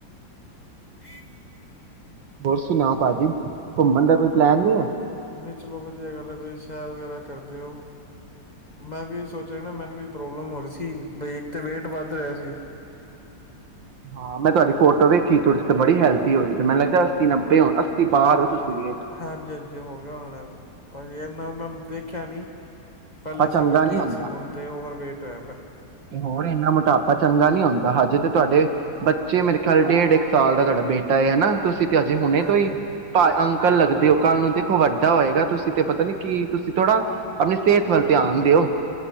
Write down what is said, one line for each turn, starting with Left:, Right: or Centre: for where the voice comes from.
Left: ਜੀ
Right: ਹੋਰ ਸੁਣਾਓ ਭਾਜੀ ਘੁੰਮਣ ਦਾ ਕੋਈ ਪਲੈਨ ਨਹੀ ਹੈ
Left: ਨਹੀਂ ਚਲੋ ਵਧੀਆ ਗੱਲ ਹੈ ਤੁਸੀਂ ਸੈਰ ਵਗੈਰਾ ਕਰਦੇ ਹੋ ਮੈਂ ਵੀ ਸੋਚ ਰਹਾ ਨਾ ਮੈਨੂੰ ਵੀ ਪ੍ਰੋਬਲਮ ਹੋ ਰਹੀ ਸੀ ਬਈ ਇੱਕ ਤੇ ਵੇਟ ਵੱਧ ਰਿਹਾ ਸੀ
Right: ਹਾਂ ਮੈਂ ਤੁਹਾਡੀ ਫੋਟੋ ਵੇਖੀ ਤੁੁਰ ਤੇ ਬੜੀ ਹੈਲਦੀ ਹੋਈ ਤੇ ਮੈਨੂੰ ਲੱਗਦਾ ਅੱਸੀ ਨੱਬੇ ਹੋ ਅੱਸੀ ਬਾਹਰ ਹੋ ਤੁਸੀਂ ਵੇਟ
Left: ਹਾਂਜੀ ਹਾਂਜੀ ਹੋ ਗਿਆ ਹੋਣਾ ਪਰ ਯ ਨ ਮੈਂ ਵਿ ਕਿਆ ਨਹੀਂ ਪਹਿਲੇ
Right: ਆਪਾਂ
Left: ਸ
Right: ਚੰਗਾ
Left: ਉਹ
Right: ਨੀ
Left: ਠੀਕ
Right: ਹੁੰਦਾ
Left: ਸੀ ਹਣ ਤੇ ਓਵਰਵੇੇਟ <unintelligible>
Right: ਤੇ ਹੋਰ ਇੰਨਾ ਮੋਟਾਪਾ ਚੰਗਾ ਨੀ ਹੁੰਦਾ ਹਜੇ ਤੇ ਤੁਹਾਡੇ ਬੱਚੇ ਮੇਰੇ ਖਿਆਲ ਡੇਢ ਇੱਕ ਸਾਲ ਦਾ ਤੁਹਾਡਾ ਬੇਟਾ ਹਨਾ ਤੁਸੀਂ ਤੇ ਅਜੇ ਹੁਣੇ
Left: ਹਾਂਜੀ
Right: ਤੋਂ ਹੀ
Left: ਹਾਂਜੀ
Right: ਭ ਅੰ ਕਲ ਲੱਗਦੇ ਹੋ ਕੱਲ ਨੂੰ ਦੇਖੋ ਵੱਡਾ ਹੋਏਗਾ ਤੁਸੀਂ ਤੇ ਪਤਾ ਨੀ ਕੀ ਤੁਸੀਂ ਥੋੜਾ ਆਪਣੀ ਸਿਹਤ ਵੱਲ ਧਿਆਨ ਦਿਓ